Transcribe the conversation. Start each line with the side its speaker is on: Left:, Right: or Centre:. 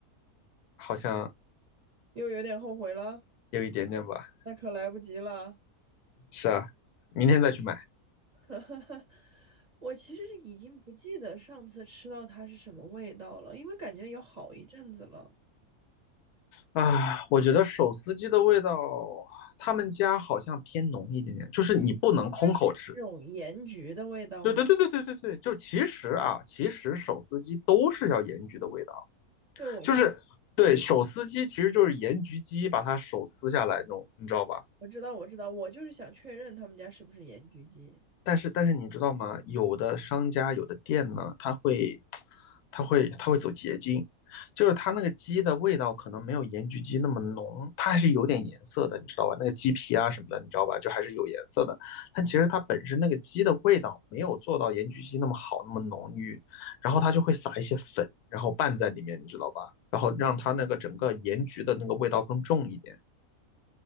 Left: 好像
Right: 又有点后悔了，
Left: 有一点点吧。
Right: 那可来不及了。
Left: 是啊，明天再去买。
Right: <laughs> 哈哈，我其实是已经不记得上次吃到它是什么味道了，因为感觉有好一阵子了。
Left: 啊，我觉得手撕鸡的味道，他们家好像偏浓一点点，就是你不能空口吃。
Right: 它是那种盐焗的味道吗？
Left: 对对对对对对对，就其实啊，其实手撕鸡都是要盐焗的味道，
Right: 对，我知
Left: 就是对手撕鸡其实就是盐焗鸡把它手撕下来那种，你知道吧？
Right: 我知道我知道，我就是想确认他们家是不是盐焗鸡。
Left: 但是但是你知道吗？有的商家有的店呢，它会，它会它会走捷径，就是它那个鸡的味道可能没有盐焗鸡那么浓，它还是有点颜色的，你知道吧？那个鸡皮啊什么的，你知道吧？就还是有颜色的。但其实它本身那个鸡的味道没有做到盐焗鸡那么好，那么浓郁，然后它就会撒一些粉，然后拌在里面，你知道吧？然后让它那个整个盐焗的那个味道更重一点。